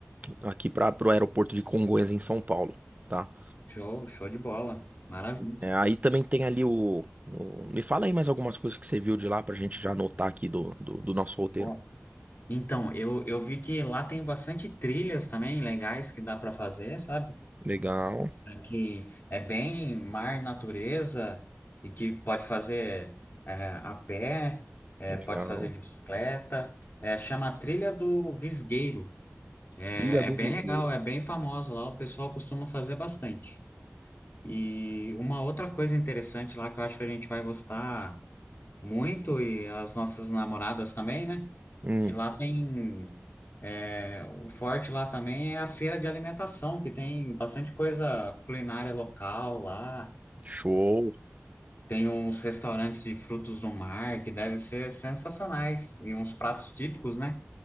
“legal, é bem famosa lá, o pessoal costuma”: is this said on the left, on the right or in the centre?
Left